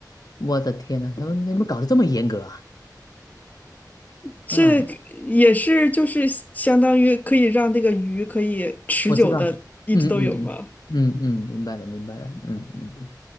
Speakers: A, on the left; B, on the left.
A: 我的天呐，他们你们搞得这么严格啊？
B: 这嗯也是就是相当于可以让这个鱼可以持久的嗯一直都有吗？
A: 嗯我知道，嗯嗯嗯嗯嗯，明白了明白了，嗯嗯，